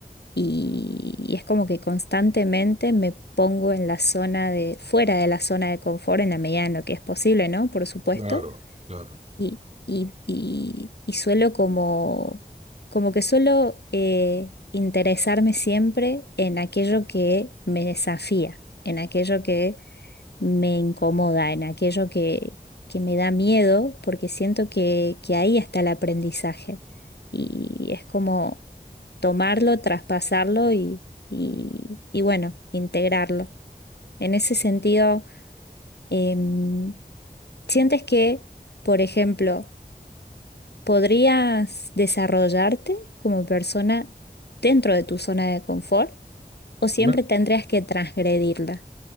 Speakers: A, on the left; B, on the right.
A: y, y es como que constantemente me pongo en la zona de, fuera de la zona de confort en la medida en lo que es posible, ¿no? Por supuesto
B: claro, claro.
A: y, y, y, y suelo como, como que suelo eh, interesarme siempre en aquello que me desafía, en aquello que me incomoda, en aquello que, que me da miedo, porque siento que, que ahí está el aprendizaje. Y es como tomarlo, traspasarlo y, y, y bueno, integrarlo. En ese sentido, em, ¿sientes que, por ejemplo, ¿Podrías desarrollarte como persona dentro de tu zona de confort o siempre
B: Me,
A: tendrías que transgredirla?